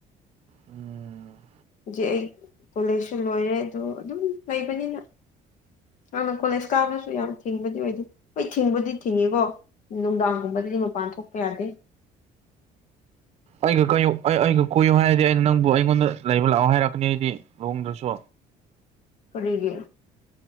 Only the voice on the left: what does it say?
ꯍꯧꯖꯤꯛ ꯑꯩ ꯀꯣꯂꯦꯖꯁꯨ ꯂꯣꯏꯔꯦ ꯑꯗꯨ ꯑꯗꯨꯝ ꯂꯩꯕꯅꯤꯅ ꯍꯅ ꯀꯣꯂꯦꯖ ꯀꯥꯕꯅꯁꯨ ꯌꯥꯝ ꯊꯤꯡꯕꯗꯤ ꯑꯣꯏꯗꯦ ꯍꯣꯏ ꯊꯤꯡꯕꯗꯤ ꯊꯤꯡꯉꯤꯀꯣ ꯅꯨꯡꯗꯥꯡꯒꯨꯝꯕꯗꯗꯤ ꯃꯄꯥꯟ ꯊꯣꯛꯄ ꯌꯥꯗꯦ
ꯀꯔꯤꯒꯦ